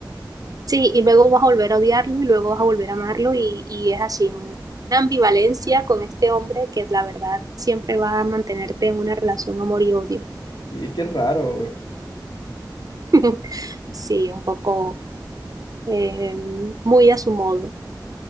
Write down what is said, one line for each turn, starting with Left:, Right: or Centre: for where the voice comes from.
Right: Sí, y luego vas a volver a odiarlo y luego vas a volver a amarlo y, y es así, un- una ambivalencia con este hombre que la verdad siempre va a mantenerte en una relación amor y odio.
Left: Sí, es que es raro.
Right: <laughs> Sí, un poco eh, muy a su modo.